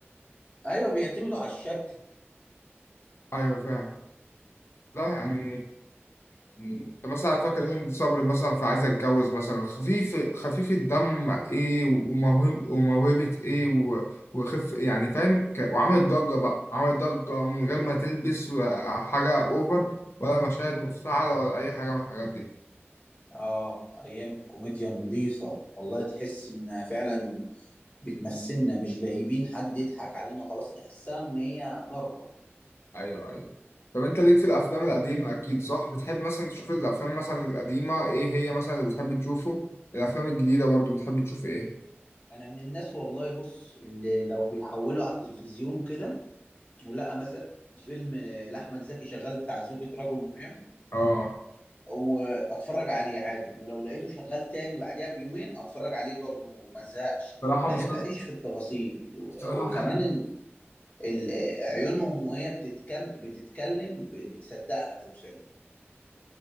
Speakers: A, on the left; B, on the left.
A: أيوه بيعتمدوا على الشكل
B: ايوه فاهم لا يعني يعني انت مثلا فاكر هند صبري مثلا في عايزة اتجوز مثلا خفيف خفيف الدم ايه وموهب وموهبة ايه و- وخف يعني فاهم ك- وعملت ضجة بقى عملت ضجة من غير ما تلبس و- حاجة اوفر ولا مشاهد مفتعلة ولا اي حاجة من الحاجات دي
A: اه ايام الكوميديا النظيفة والله تحس انها فعلا بتمثلنا مش جايبين حد يضحك علينا خلاص تحسها ان هي جارتة
B: ايوه ايوه طب انت ليك في الافلام القديمة اكيد صح بتحب مثلا تشوف الافلام مثلا القديمة ايه هي مثلا اللي بتحب تشوفه الافلام الجديدة برضو بتحب تشوف ايه
A: انا من الناس والله بص اللي لو بيحولوا على التلفزيون كده ولقى مثلا فيلم لاحمد زكي شغال بتاع زوجة رجل مهم
B: اه
A: واتفرج عليه عادي ولو لقيته شغال تاني بعديها بيومين اتفرج عليه برضه ما ازهقش
B: صراحة
A: بحب
B: مسلسل
A: اعيش في التفاصيل و-
B: صراحة
A: وكمان ال- عيونهم وهي بتتكم بتتكلم ب- بتصدقها في الفيلم